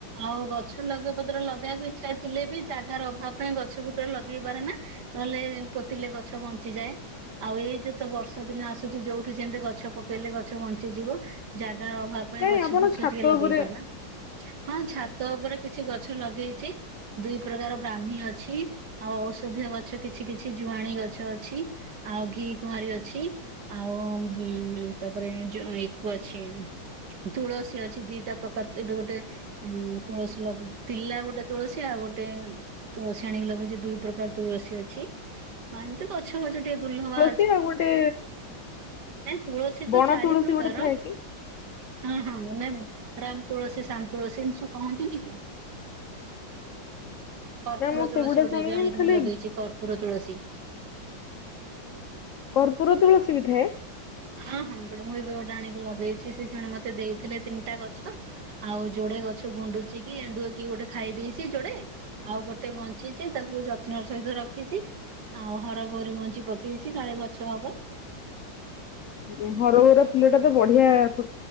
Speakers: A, on the right; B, on the left.
A: ଆଉ ଗଛ ଲଗେ ପତ୍ର ଲଗେଇବାକୁ ଇଚ୍ଛା ଥିଲେ ବି ଜାଗାର ଅଭାବ ପାଇଁ ଗଛ ପତ୍ର ଲଗେଇ ପାରେନା। ନହେଲେ ପୋତିଲେ ଗଛ ବଞ୍ଚିଯାଏ ଆଉ ଏଇ ଯୋ ତ ବର୍ଷା ଦିନ ଆସୁଚି ଯୋଉଠି ଯେମତି ଗଛ ପକେଇଲେ ଗଛ ବଞ୍ଚିଯିବ। ଜାଗାର ଅଭାବ ପାଇଁ
B: କାଇଁ
A: ଗଛ
B: ଆପଣ
A: ଫଛ
B: ଛାତ
A: ଟିକେ ଲଗେଇ
B: ଉପରେ
A: ପାରନା। ହଁ ଛାତ ଉପରେ କିଛି ଗଛ ଲଗେଇଚି। ଦୁଇ ପ୍ରକାର ବ୍ରାହ୍ମୀ ଅଛି ଆଉ ଔଷଧୀୟ ଗଛ କିଛି କିଛି ଜୁଆଣି ଗଛ ଅଛି ଆଉ ଘିକୁଆଁରୀ ଅଛି ଆଉ ଉଁ ତାପରେ ଜ ଏକୁ ଅଛି ତୁଳସୀ ଅଛି ଦିଟା ପ୍ରକାର ଏବେ ଗୋଟେ ଉଁ ତୁଳସୀ ଲଗ ତିଲା ଗୋଟେ ତୁଳସୀ ଆଉ ଗୋଟେ ଇ ତୁଳସୀ ଆଣିକି ଲଗେଇଚି ଦୁଇ ପ୍ରକାର ତୁଳସୀ ଅଛି ଅ ଏମତି ଗଛ ଗଛ ମଛ ଟିକେ ଦୁର୍ଲ୍ହବା
B: ତି ଆଉ ଗୋଟେ
A: ଏଁ ତୁଳସୀ ତ
B: ବଣ
A: ଚାରି
B: ତୁଳସୀ
A: ପ୍ରକାର
B: ଗୋଟେ ଥାଏ କି?
A: ହଁ ହଁ ନାଇଁ ରାମ୍ ତୁଳସୀ ସାମ୍ ତୁଳସୀ ଏମତି ସବୁ କହନ୍ତିନି କି? କର୍ପୁର
B: ନା ମୁଁ
A: ତୁଳସୀ
B: ସେଗୁଡା
A: ଗୋଟେ
B: ଶୁଣିନି
A: ଏବେ ଆଣିକି
B: ଖାଲି
A: ମୁଁ ଲଗେଇଚି କର୍ପୁର ତୁଳସୀ।
B: କର୍ପୁର ତୁଳସୀ ବି ଥାଏ?
A: ହଁ ହଁ ଗୋଟେ ମୁଁ ଏବେ ଗୋଟେ ଆଣିକି ଲଗେଇଚି ସେ ଜଣେ ମତେ ଦେଇଥିଲେ ତିନିଟା ଗଛ। ଆଉ ଯୋଡ଼େ ଗଛ ଗୁଣ୍ଡୁଚି କି ଏଣ୍ଡୁଅ କିଏ ଗୋଟେ ଖାଇ ଦେଇେଚି ଯୋଡ଼େ। ଆଉ ଗୋଟେ ବଞ୍ଚିଚି ତାକୁ ଯତ୍ନର ସହିତ ରଖିଚି ଆଉ ହରଗୌରୀ ମଞ୍ଜି ପକେଇ ଛି କାଳେ ଗଛ ହବ।
B: ଆଜ୍ଞା ହରଗୌରା ଫୁଲଟା ତ ବଢ଼ିଆ ଫୁ